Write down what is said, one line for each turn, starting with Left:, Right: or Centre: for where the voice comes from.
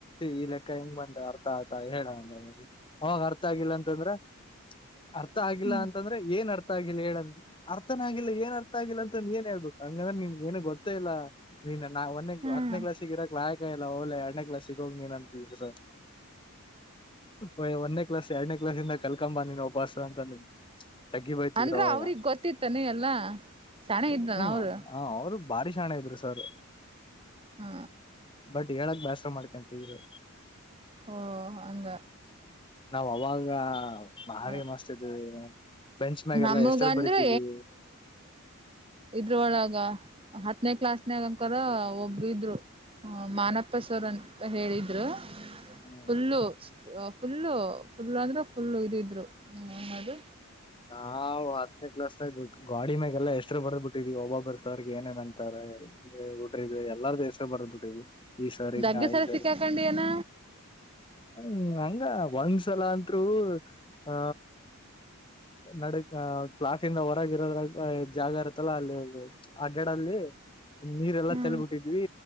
Left: ಈ ಲೆಕ್ಕ ಹೆಂಗ್ ಬಂದ ಅರ್ಥ ಆತಾ ಹೇಳ ಅವಾಗ ಅರ್ಥ ಆಗಿಲ್ಲ ಅಂತಂದ್ರೆ ಅರ್ಥ ಆಗಿಲ್ಲ
Right: ಹ್ಮ್
Left: ಅಂತಂದ್ರೆ ಏನ್ ಅರ್ಥ ಅ ಆಗಿಲ್ಲ ಹೇಳ ಅರ್ಥನ ಆಗಿಲ್ಲ ಏನ್ ಅರ್ಥ ಆಗಿಲ್ಲ ಅಂತ ನೀಏನ್ ಹೇಳ್ಬೇಕು ಹಂಗಂದ್ರೆ ನಿಮ ಏನು ಗೊತ್ತ ಇಲ್ಲ ನೀನ್ ನಾ ಒ
Right: ಹ್ಮ್
Left: ಹತ್ತನೇ ಕ್ಲಾಸ್ಗ ಇರಕ್ ಇಲ್ಲಓಲ್ಲ ಎಡನೇ ಕ್ಲಾಸ್ ಸಿಗ ಹೋಗಿ ನೀನ್ ಅಂತಿದ ಸ ಹಯ್ ಒಂದನೇ ಕ್ಲಾಸ್ ಎರಡನೇ ಕ್ಲಾಸ್ಂದ ಕಲ್ಕಂಬ ನೀನು ಉಪಾಸ ಅಂತಂದ ತಗ್ಗಿ ಬಯ್ತಿದ್ರ
Right: ಅಂದ್ರ
Left: ಅವಾಗ
Right: ಅವ್ರಿಗ್ ಗೊತ್ತಿತ್ತಾನೆ ಎಲ್ಲಾ ಸಣ್ಣ ಇದ್ರಲ್ಲ
Left: ಹ್ಮ್
Right: ಅವರು
Left: ಹ ಅವರು ಬಾರಿ ಸಾಣೆ ಇದ್ರು ಸರ್
Right: ಹ್ಮ
Left: ಬಟ್ ಹೇಳಕ್ ಬ್ಯಸರ ಮಾಡ್ಕೊಂತಿದ್ರ
Right: ಓ ಹಂಗ
Left: ನಾವ ಅವಾಗ ಬಾರಿ
Right: ಹ
Left: ಮಸ್ತ ಇದ್ವಿ ಬೆಂಚ್ ಮ್ಯಾಗೆಲ್ಲಾ
Right: ನಮಗಂದ್ರೆ
Left: ಎಷ್ಟರು ಬಡತವಿ
Right: ಇದ್ರ ಒಳಗ ಹತ್ತು ನೇ ಕ್ಲಾಸ್ನಗಕಾರರ ಒಬ್ರು ಇದ್ರು ಮಾನಪ್ಪ ಸವರ್ ಅಂತ ಹೇಳಿದ್ರು
Left: ಹ್ಮ್
Right: ಫುಲ್ಲು ಫುಲ್ಲ ಫುಲ್ ಅಂದ್ರೆ ಫುಲ್ಲ ಇದಿದ್ರು ನದು
Left: ನಾ ಹತ್ತನೇ ಕ್ಲಾಸ್ತಾ ಇದ್ ಗಾಡಿ ಮ್ಯಾಗೆಲ್ಲ ಎಷ್ಟರು ಬರ್ದ್ ಬಿಟ್ಟಿದ್ವಿ ಒಬ್ಬೊಬ್ಬರ್ ಸಾರ್ಗೆ ಏನದ ಅಂತಾರೆ ಡ್ರಿದ್ರ ಎಲ್ಲಾರ ದ ಹೆಸ ಬರ್ದ್ ಬಿಟ್ಟವಿ ಈ ಸಾರಿ
Right: ಜಗ್ಗೆ
Left: ಹಂಗ
Right: ಸಲ
Left: ಈ ಸಾರಿ
Right: ಸಿಕ್ಕಾಕೊಂಡಿಯನ
Left: ಹಂಗ <unintelligible> ಹ್ಮ ಹಂಗ ಒಷ ಸಲ ಅಂತರು ಆ ನಡಕ್ ಕ್ಲಾಸಿಂದ ಹೊರಗ ಇರೋದ್ರ ಜಾಗ ಇರತ್ತಲ್ಲ ಅಲ್ಲಿ ಅಡ್ಗಡಲ್ಲಿ ನೀರೆಲ್ಲಾ
Right: ಹ್ಮ್
Left: ಚಾಲ್ಬಿಟ್ಟಿದ್ವಿ